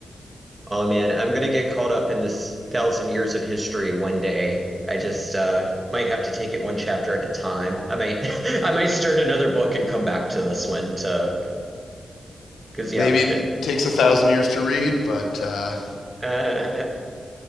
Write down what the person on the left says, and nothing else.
Maybe it
takes a thousand years to read, but uh,